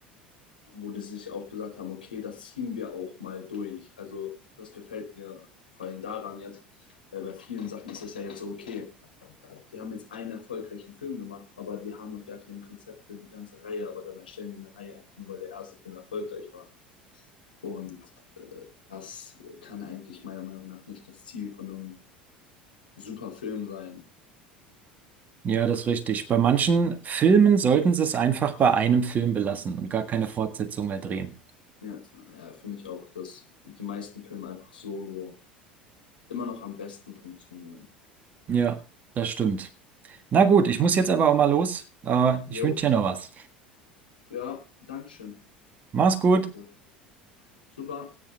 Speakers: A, on the left; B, on the right.
A: wo die sich auch gesagt haben, okay, das ziehen wir auch mal durch. Also, das gefällt mir vor allem daran jetzt, weil bei vielen Sachen ist es ja jetzt so, okay, die haben jetzt einen erfolgreichen Film gemacht, aber die haben noch gar kein Konzept für die ganze Reihe, aber dann erstellen die eine Reihe einfach nur, weil der erste Film erfolgreich war. Und äh, das kann eigentlich meiner Meinung nach nicht das Ziel von einem super Film sein.
B: Ja, das ist richtig. Bei manchen Filmen sollten sie es einfach bei einem Film belassen und gar keine Fortsetzung mehr drehen.
A: Ja, ja finde ich auch, dass die meisten Filme einfach solo immer noch am besten funktionieren.
B: Ja, das stimmt. Na gut, ich muss jetzt aber auch mal los. Äh,
A: Jo,
B: ich wünsche dir noch was.
A: ja, Dankeschön.
B: Mach's gut.
A: Danke. Super.